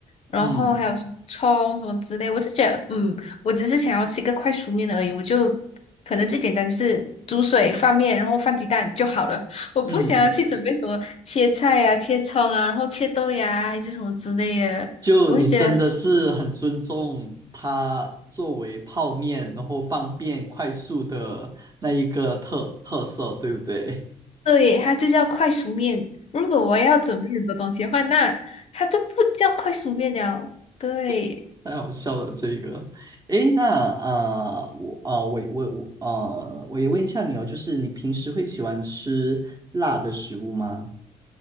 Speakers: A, on the left; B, on the right.
A: 然后还有什么葱什么之类，
B: 嗯
A: 我就觉得嗯，我只是想要吃一个快熟面的而已，我就可能最简单就是煮水放面，然后放鸡蛋就好了。我不想要去准备什么切菜呀、
B: 嗯。
A: 切葱啊，然后切豆芽啊还是什么之类的。
B: 就你真的是很尊重它作为泡面，
A: 我会觉得，
B: 然后方便快速的那一个特特色，对不对？
A: 对，它就叫快熟面。如果我要准备很多东西的话，那它就不叫快熟面了。对，
B: <laughs> 太好笑了这个。诶，那呃，我啊、呃我我我呃，我也问一下你哦，就是你平时会喜欢吃辣的食物吗？